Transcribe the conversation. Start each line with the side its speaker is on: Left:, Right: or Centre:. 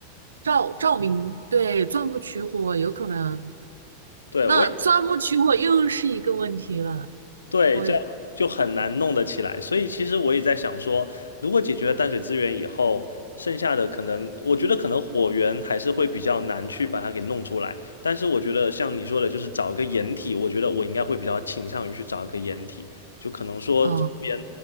Right: 照照明，对，钻木取火有可能。
Left: 对我也
Right: 那钻木取火又是一个问题了。
Left: 对，
Right: 我也，
Left: 这样就很难弄得起来。所以其实我也在想说，如果解决了淡水资源以后，剩下的可能，我觉得可能火源还是会比较难去把它给弄出来。但是我觉得像你说的，就是找一个掩体，我觉得我应该会比较倾向于去找一个掩体，就可能说周边
Right: 嗯，